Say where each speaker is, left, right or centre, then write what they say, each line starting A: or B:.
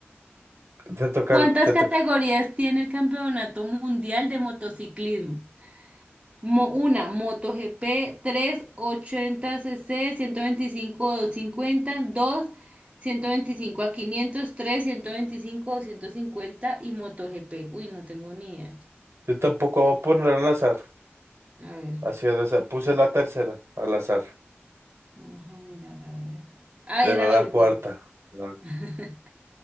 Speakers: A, on the right (about 75°); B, on the right (about 25°).
A: Te toca,
B: ¿Cuántas
A: te
B: categorías
A: toca.
B: tiene el Campeonato Mundial de Motociclismo? Mo- una, MotoGP, tres ochenta cc 125 o doscientos cincuenta, dos ciento veinticinco a 500, 3, 125 o 150 y MotoGP. Uy, no tengo ni idea.
A: Yo tampoco voy a poner al azar.
B: A ver.
A: Así al azar. Puse la tercera al azar.
B: Vamos a mirar, a ver. Ah,
A: Era
B: era la
A: la
B: última.
A: cuarta. ¿verdad?
B: <laughs>